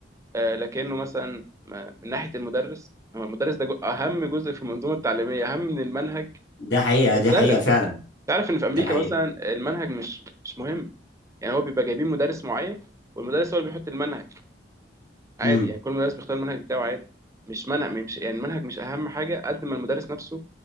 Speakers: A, on the right; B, on the left.
A: آه، لكنه مثلا آه، من ناحية المدرس هو المدرس ده جو- أهم جزء في المنظومة التعليمية أهم من المنهج
B: دي حقيقه
A: المدرس
B: دي حقيقه فعلا
A: تعرف إن في أمريكا
B: دي حقيقه
A: مثلا المنهج مش مش مهم يعني هو بيبقى جايبين مدرس معين والمدرس هو اللي بيحط المنهج عادي
B: امم
A: يعني كل مدرس بيختار المنهج بتاعه عادي مش منهج مش يعني المنهج مش أهم حاجة قد ما المدرس نفسه